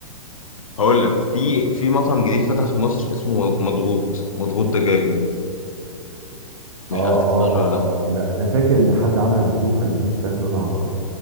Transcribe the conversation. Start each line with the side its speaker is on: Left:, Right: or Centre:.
Left: هقول لك في في مطعم جديد فتح في مصر اسمه مضغوط مضغوط دجاج مش
Right: آه،
Left: عارف تسمع
Right: آه،
Left: عنه
Right: آه.
Left: ولا لا
Right: أنا أنا فاكر إن حد عمل review كان فيه فراخ لونها أخضر،